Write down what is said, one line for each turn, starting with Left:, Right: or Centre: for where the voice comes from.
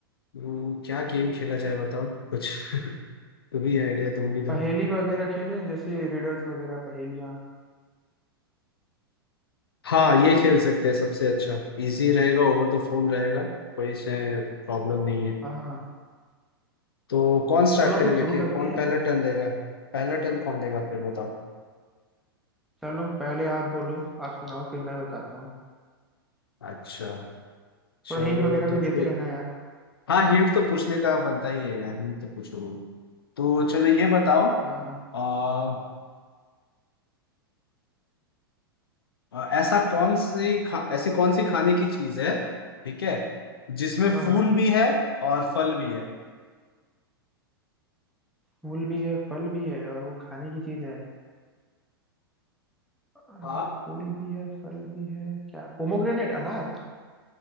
Left: हम्म, क्या गेम खेला जाए बताओ कुछ <laughs> तुम ही आइडिया तुम भी दो
Centre: पहेली वगैरह खेलें जैसे रिडल्स वगैरह पहेलियाँ
Left: हाँ ये खेल सकते हैं सबसे अच्छा इजी रहेगा ओवर द फोन रहेगा कोई इसमें प्रॉब्लम नहीं है
Centre: हाँ हाँ
Left: तो कौन स्टार्ट
Centre: चलो
Left: करेगा
Centre: फिर शुरू
Left: कि
Centre: करते
Left: कौन
Centre: हैं
Left: पहला टर्न लेगा पहला टर्न कौन लेगा फिर बताओ
Centre: चलो पहले आप बोलो आप सुनाओ फिर मैं बताता हूँ
Left: अच्छा
Centre: थोड़ा
Left: चलो
Centre: हिंट वगैरह
Left: तो
Centre: भी देते
Left: फिर
Centre: रहना यार
Left: हाँ हिंट तो पूछने का बनता ही है यार हिंट तो पूछोगे तो चलो ये बताओ
Centre: हाँ हाँ
Left: आ, आ, ऐसा कौन सी खा, ऐसी कौन सी खाने की चीज है ठीक है जिसमें
Centre: हाँ
Left: फूल
Centre: हाँ
Left: भी है और फल भी है
Centre: फूल भी है फल भी है और वो खाने की चीज है आ,
Left: हाँ
Centre: फूल भी है फल भी है क्या पोमोग्रेनेट अनार